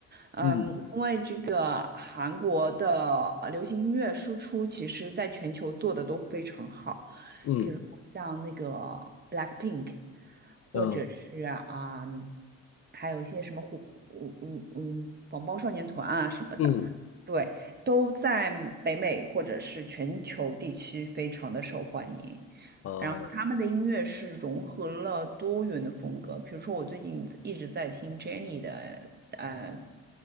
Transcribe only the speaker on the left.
嗯
嗯
嗯
嗯
啊